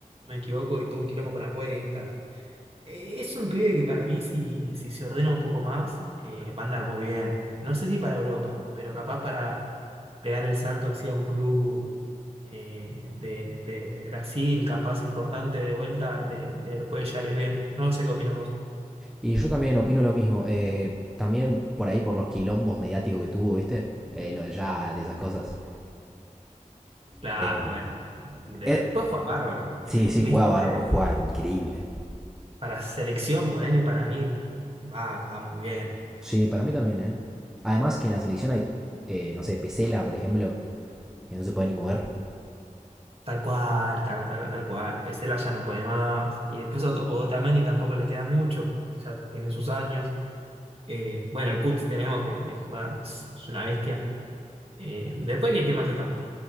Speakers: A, on the right (about 45°); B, in the centre.
A: me equivoco, y tuvo un quilombo con apuestas. Eh, Es un pibe que para mí, si, si se ordena un poco más, eh, va a andar muy bien. No sé si para Europa, pero capaz para pegar el salto hacia un club eh, de, de Brasil, capaz importante de vuelta, le, le puede llegar a ir bien. No sé qué opinas vos.
B: Y yo también opino lo mismo. eh, también por ahí por los quilombos mediáticos que tuvo, ¿viste? Eh, lo de Yat y esas cosas.
A: Claro,
B: Eh,
A: bueno. De-
B: eh,
A: después juega bárbaro. Eh,
B: sí, sí,
A: viste
B: juega bárbaro,
A: que
B: juega increíble.
A: para selección, ponele para mí, va, va muy bien.
B: Sí, para mí también, ¿eh? Además que en la selección hay, eh, no sé, Pesela, por ejemplo, que no se puede ni mover.
A: Tal cual, tal, tal, tal cual. Pesela ya no puede más. Y después Ot- Otamendi tampoco le queda mucho, porque ya tiene sus años. Eh, bueno, el Cut tenemos que eh, juega, es, es una bestia. Eh, después, ¿qué, qué más está?